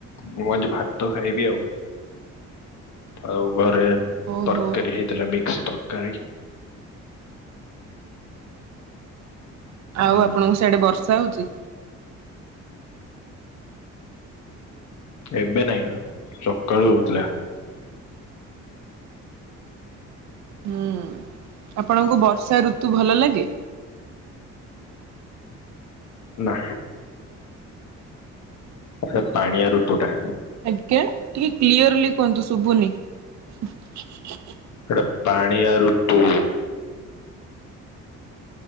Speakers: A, on the left (about 70°); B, on the right (about 65°).
A: ମୁଁ ଆଜି ଭାତ ଖାଇବି ଆଉ। ଆଉ ଘରେ
B: ଓହୋ
A: ତରକାରୀ ହେଇଥିଲା ମିକ୍ସ ତରକାରୀ। ହୁଁ
B: ଆଉ ଆପଣଙ୍କ ସେଇଆଡେ ବର୍ଷା ହଉଛି?
A: ଏବେ ନାଇଁ ସକାଳୁ ହଉଥିଲା।
B: ହୁଁ। ଆପଣଙ୍କୁ ବର୍ଷା ଋତୁ ଭଲ ଲାଗେ?
A: ନା। ସେ ପାଣିଆ ଋତୁଟା।
B: ଆଜ୍ଞା ଟିକେ କ୍ଲିୟରଲି କୁହନ୍ତୁ ଶୁଭୁନି। <inaudible>
A: ଏଟା ପାଣିଆ ଋତୁ।